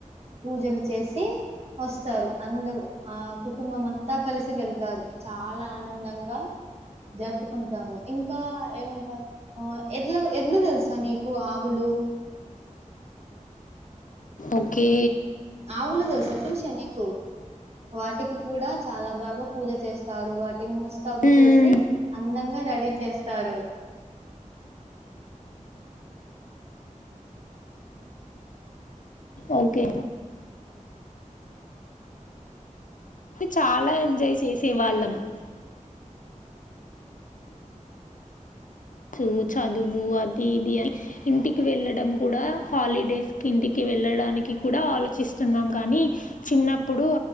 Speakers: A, on the right (about 50°); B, on the left (about 75°).
A: పూజలు చేసి వస్తారు అందరూ ఆ కుటుంబం అంతా కలిసి వెళ్తారు చాలా ఆనందంగా జరుపుకుంటాము ఇంకా ఏమంటారు ఎడ్ల ఎడ్లు తెలుసా నీకు ఆవులు
B: ఓకే
A: ఆవులు తెలుసా త్రిష నీకు వాటికి కూడా చాలా బాగా పూజ చేస్తారు వా ని ముస్తాబు
B: హ్మ్
A: చేసి అందంగా రెడీ చేస్తారు
B: ఓకే చాలా ఎంజాయ్ చేసే వాళ్ళము సు చదువు అది ఇది అని ఇంటికి వెళ్ళడం కూడా హాలిడేస్ కి ఇంటికి వెళ్ళడానికి కూడా ఆలోచిస్తున్నాం కానీ చిన్నప్పుడు